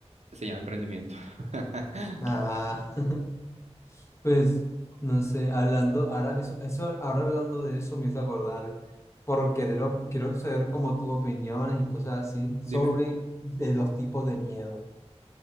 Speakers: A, on the right; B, on the left.
A: Se llama emprendimiento. <laughs>
B: Ah, <laughs> pues, no sé, hablando, ahora, eso, eso, ahora hablando de eso me hizo acordar, por querer, op- quiero saber como tus opiniones y cosas así, sobre
A: Dime.
B: de los tipos de miedo.